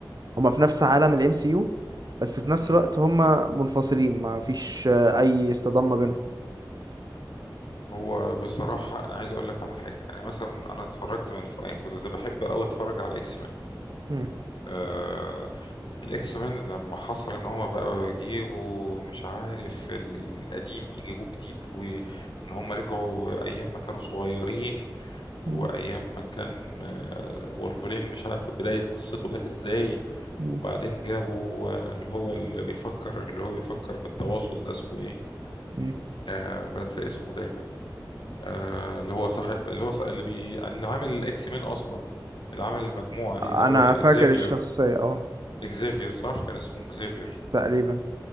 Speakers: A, on the right; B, on the left.
A: هما في نفس عالم ال MCU بس في نفس
B: مم.
A: الوقت هما منفصلين ما فيش آه، أي اصطدام ما بينهم
B: هو بصراحة أنا عايز أقول لك على حاجة أنا مثلا أنا اتفرجت من ف... يعني كنت ده بحب أوي أتفرج على الإكس مان
A: مم.
B: آه... الإكس مان لما حصل إن هما بقوا يجيبوا مش عارف القديم يجيبوه جديد وإن هما رجعوا أيام ما كانوا صغيرين وايام
A: مم.
B: ما كان آه، وولفرين مش عارف بداية قصته جت ازاي
A: مم.
B: وبعدين جابوا آه، اللي هو اللي بيفكر اللي هو بيفكر بالتواصل ده اسمه ايه
A: مم.
B: آه بنسى اسمه دايما آه اللي هو صاحب اللي هو صاحب اللي, بي... اللي عامل الاكس مين اصلا اللي عمل المجموعة دي
A: أنا
B: اللي هو اكزافير
A: فاكر الشخصية اه
B: اكزافير صح كان اسمه اكزافير
A: تقريبا